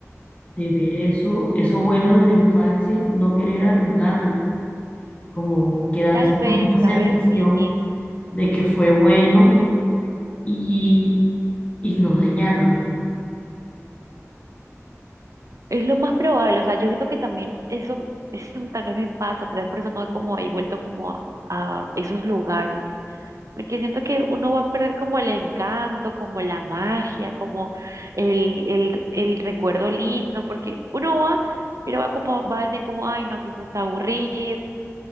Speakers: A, on the left; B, on the right.
A: de ver eso, eso bueno de la infancia, no querer arruinarlo, como quedarse
B: Tal vez,
A: con esa sensación
B: ¿sabes? Sí.
A: de que fue bueno y, y no dañarlo.
B: Es lo más probable, o sea, yo siento que también eso, eso tal vez me pasa, tal vez por eso no he como ahí vuelto como a, a esos lugares, porque siento que uno va a perder como el encanto, como la magia, como el, el, el recuerdo lindo, porque uno va, pero va como, va a decir como, ay, no, que esto está aburrido,